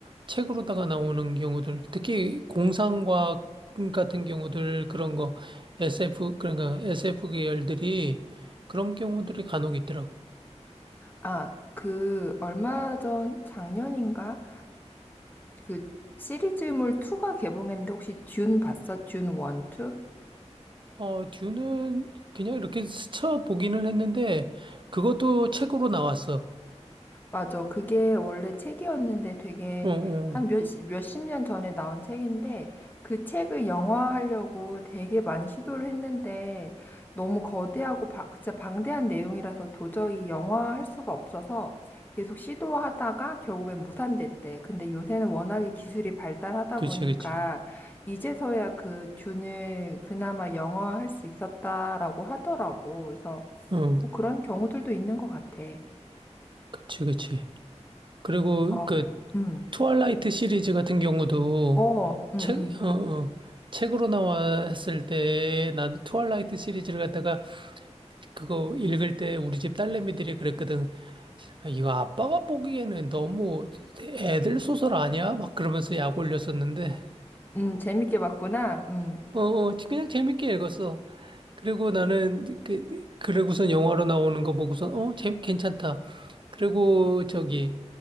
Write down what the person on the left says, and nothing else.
아, 그 얼마 전 작년인가? 그 시리즈물 2가 개봉했는데 혹시 듄 봤어? 듄 1, 2?
맞아. 그게 원래 책이었는데 되게
한 몇, 몇십 년 전에 나온 책인데 그 책을 영화화하려고 되게 많이 시도를 했는데 너무 거대하고 바, 진짜 방대한 내용이라서 도저히 영화화할 수가 없어서 계속 시도하다가 결국엔 무산됐대. 근데 요새는 워낙에 기술이 발달하다
보니까
이제서야 그 듄을 그나마 영화화할 수 있었다라고 하더라고. 그래서
뭐 그런 경우들도 있는 것 같아.
어,
음.
어, 음, 음,
음, 재밌게 봤구나. 음,